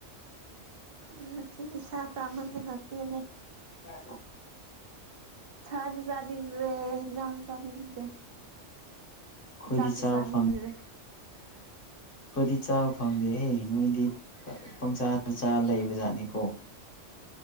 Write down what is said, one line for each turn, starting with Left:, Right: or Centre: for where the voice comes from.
Right: ꯉꯁꯤ ꯅꯤꯁꯥ ꯆꯥꯍꯟꯗꯅ ꯄꯦꯜꯂꯦ
Left: ꯑ
Right: ꯁꯥꯖ ꯆꯗ꯭ꯔꯦ ꯍꯖꯥꯡ ꯆꯗ꯭ꯔꯦ
Left: ꯑꯩꯈꯣꯏꯗꯤ
Right: ꯆꯥꯛꯁꯨ
Left: ꯆꯥꯕ
Right: ꯆꯅꯤ
Left: ꯐꯪ
Right: ꯍꯤꯟꯗꯔꯦ
Left: ꯑꯩꯈꯣꯏꯗꯤ ꯆꯥꯕ ꯐꯪꯗꯦ ꯅꯣꯏꯗꯤ ꯄꯪꯆꯥ ꯆꯥ ꯂꯩꯕ ꯖꯥꯠꯅꯤꯀꯣ